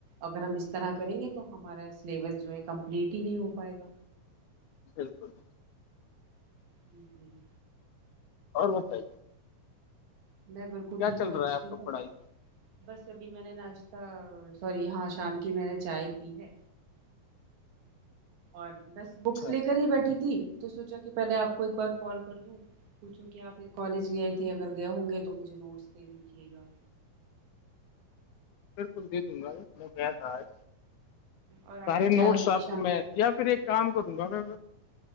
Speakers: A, on the right; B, on the left.
A: اگر ہم اس طرح کریں گے تو ہمارا سلیبس جو ہے کمپلیٹ ہی نہیں ہو پائے گا
B: بالکل
A: جی جی <inaudible>
B: اور بتائیے
A: نہیں بالکل
B: کیا
A: ٹھیک
B: چل
A: ہوں اچھی
B: رہا ہے آپ کا
A: ہوں
B: پڑھائی
A: بس ابھی میں نے ناشتہ سوری ہاں شام کی میں نے چائے پی ہے اور بس بکس
B: اچھا
A: لے کر ہی بیٹھی تھی تو سوچا کہ پہلے آپ کو ایک بار کال کر لوں پوچھو کہ آپ کالج گئے تھے اگر گئے ہوں گے تو مجھے نوٹس دے دیجیے گا
B: بالکل دے دوں گا میں گیا تھا آج
A: اور
B: سارے
A: آپ کی چائے
B: نوٹس
A: ہوگی
B: آپ
A: شام
B: کو میں
A: کی
B: یا پھر ایک کام کروں گا میں